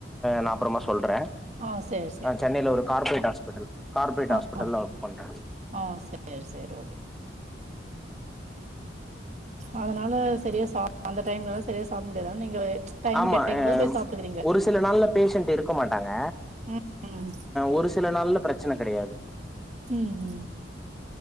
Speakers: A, in the centre; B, on the right.
A: நா அப்புறமா சொல்ற
B: ஆ சேரி சேரி
A: ஆ சென்னையில
B: ஓகே
A: ஒரு கார்பரேட் ஆஸ்பிட்டல் பெட்டல் கார்பரேட்
B: ஆ
A: ஹாஸ்பிடல்
B: ஆ
A: ஒர்க பண்றே
B: ஆ சேரி சேரி ஓகே அதனால சரியா சா அந்த டைம்லால சரியா சாப்பிட முடியா அதான நீங்க டைம்
A: ஆமா
B: கெடைக்கும் போது போய் சாப்ட்டுக்கிறீங்க
A: ஒரு சில நாள் பேஷன்ட் இருக்க மாட்டாங்க
B: ம்
A: ஒரு சில சில நாள்ல பிரச்சன கிடையாது
B: ம் ம் ம்